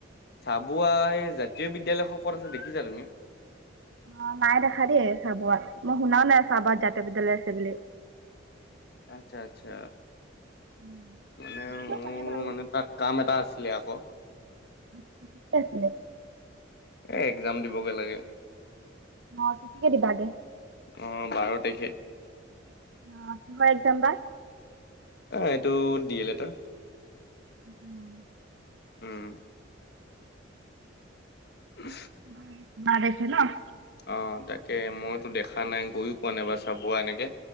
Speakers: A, on the left; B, on the right.
A: চাবুৱাৰ এই জাতীয় বিদ্যালয়খন ক'ত আছে দেখিছা তুমি?
B: অ নাই দেখা দেই চাবুৱাত, মই শুনাও নাই চাবুৱাত জাতীয় বিদ্যালয় আছে বুলি।
A: আচ্ছা আচ্ছা,
B: থাকিব
A: মানে মোৰ
B: পাৰে বাৰু।
A: মানে তাত কাম এটা আছিলে আক'!
B: কি আছিলে?
A: এ এক্জাম দিবগে লাগে।
B: অ কেতিয়াকে দিবা গে?
A: অ বাৰ তাৰিখে।
B: অ কিহৰ একজাম বা?
A: অ এইটো ডি এল এডৰ।
B: উম।
A: উম। উ।
B: বা বাৰ তাৰিখে ন?
A: অ তাকে মইতো দেখা নাই গৈয়ো পোৱা নাইবা চাবুৱা এনেকে।